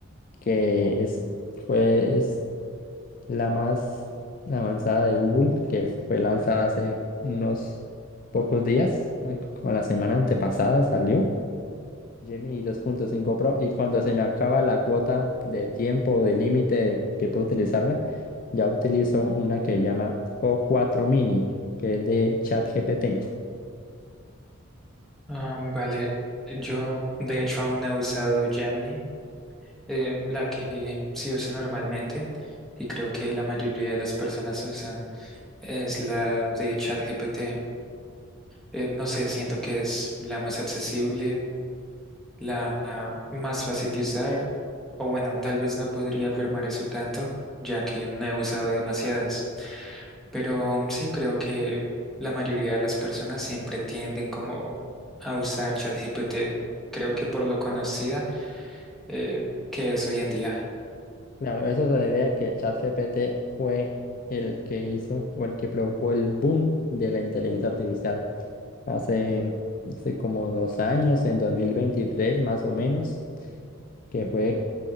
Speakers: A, on the left (about 40°); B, in the centre.
A: que es, fue, es la más avanzada de Google, que fue lanzada hace unos pocos días, ay, como la semana antepasada salió, Gemini 2.5 Pro, y cuando se me acaba la cuota de tiempo o de límite que puedo utilizarla, ya utilizo una que se llama o cuatro Mini, que es de ChatGPT.
B: Ah, vale, yo de hecho aún no he usado Gemini, eh, la que sí uso normalmente y creo que la mayoría de las personas usan es la de ChatGPT. Eh, no sé, siento que es la más accesible, la ah, más fácil de usar, o bueno, tal vez no podría afirmar eso tanto, ya que no he usado demasiadas. Pero mm, sí creo que la mayoría de las personas siempre tienden como a usar ChatGPT. Creo que por lo conocida eh, que es hoy en día.
A: Claro, eso se debe a que ChatGPT fue el que hizo o el que provocó el boom de la inteligencia artificial. hace, hace como dos años, en 2023 más o menos, que fue,